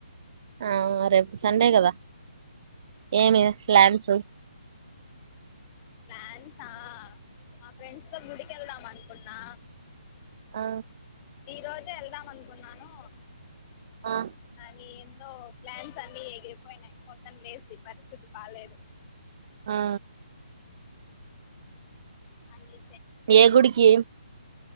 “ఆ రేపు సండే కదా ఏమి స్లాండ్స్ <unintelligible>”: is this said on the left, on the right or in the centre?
Right